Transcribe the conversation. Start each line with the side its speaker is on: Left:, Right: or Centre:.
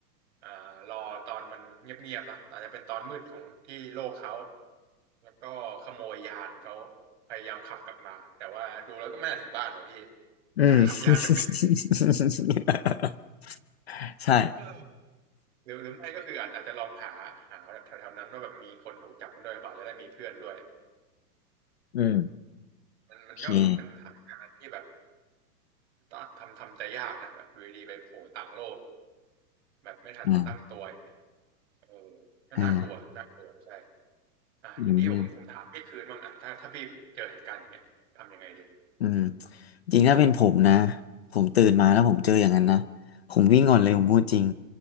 Right: อ่ารอตอนมันเงียบๆนะอาจจะเป็นตอนมืดของที่โลกเขาแล้วก็ขโมยยานเขาพยายามขับกลับมาแต่ว่าดูแล้วก็ไม่น่าถึงบ้านว่ะพี่
Left: อืม
Right: <laughs> ขับยานไม่เป็น
Left: <laughs> ใช่
Right: เออ หรือหรือไม่ก็คืออาจอาจจะลองหาหาแบบแถวๆนั้นว่าแบบมีคนถูกจับมันด้วยหรือเปล่าจะได้มีเพื่อนด้วย
Left: อืม
Right: มันมันก็เป็นสถานการณ์ที่แบบ
Left: โอเค
Right: ต้องทำทำใจยากนะแบบอยู่ดีๆไปโผล่ต่างโลกแบบไม่ทันตั้งตัว
Left: อ่า
Right: เออก็น่ากลัวน่ากลัวใช่
Left: อ่า
Right: อ่ะทีนี้ผมผมถามพี่คืนบ้างอ่ะถ้าถ้าพี่เจอเหตุการณ์อย่างเงี้ยทำยังไงดี
Left: อืมอืมจริงถ้าเป็นผมนะผมตื่นมาแล้วผมเจออย่างนั้นนะผมวิ่งก่อนเลยผมพูดจริง